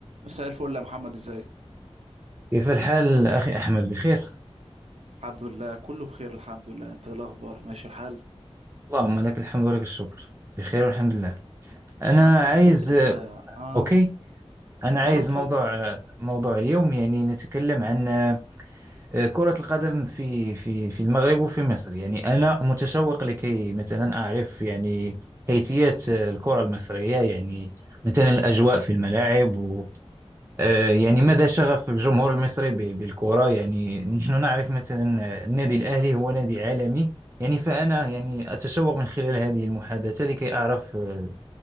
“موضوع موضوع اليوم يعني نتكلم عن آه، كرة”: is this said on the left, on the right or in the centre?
Right